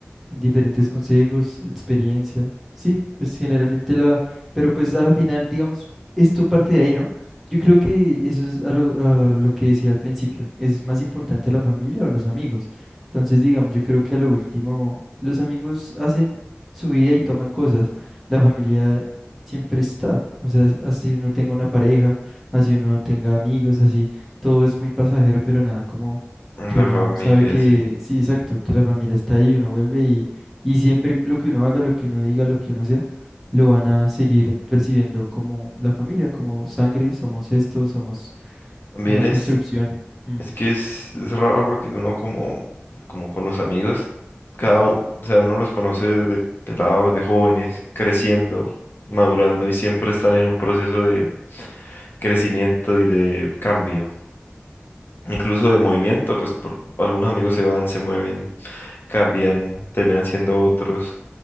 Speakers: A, in the centre; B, on the left.
A: diferentes consejos, experiencia. Sí, pues generalmente la, pero pues a la final, digamos, esto parte de ahí, ¿no? Yo creo que eso es a lo, a lo que decía al principio, es más importante la familia o los amigos. Entonces, digamos, yo creo que a lo último, los amigos hacen su vida y toman cosas, la familia siempre está, o sea, así uno tenga una pareja, así uno tenga amigos, así, todo es muy pasajero, pero nada como
B: La
A: que uno
B: familia,
A: sabe que,
B: sí.
A: sí, exacto, que la familia está ahí, uno vuelve y, y siempre lo que uno haga, lo que uno diga, lo que uno sea, lo van a seguir percibiendo como la familia, como sangre, somos esto, somos
B: También
A: una construcción.
B: es,
A: Mm.
B: es que es, es raro porque uno como, como con los amigos, cada, u- o sea, uno los conoce de pelados, de jóvenes, creciendo, madurando y siempre están en un proceso de crecimiento y de cambio. Incluso de movimiento, pues por, algunos amigos se van, se mueven, cambian, terminan siendo otros.